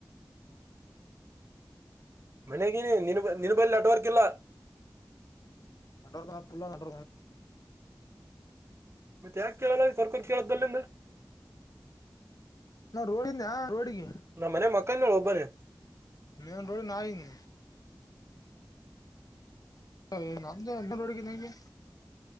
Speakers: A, on the right (about 35°); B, on the left (about 50°).
A: ಮನೆಗ ನಿನು ನಿನು ಬಲ್ ನೆಟ್ವರ್ಕ್ ಇಲ್ಲ
B: ನಡ್ರ್ ಪುಲ್ಲ ನಡ್
A: ಮತ್ತೆ ಯಾಕೆ ಕೇಳಲ್ಲ ಕರ್ಕರ್ ಕೇಳ್ದ ಅಲ್ಲಿಂದ
B: ನಾವು ರೋಡಿಂದ ರೋಡಿಗೆ
A: ನ ಮನೆ ಮಕಾನ ನ ಒಬನೆ
B: ನನ್ ರೋಡಿಿ ನಾಯಂಗ ಏ ನಂದ ನಡುಗೆಗೆ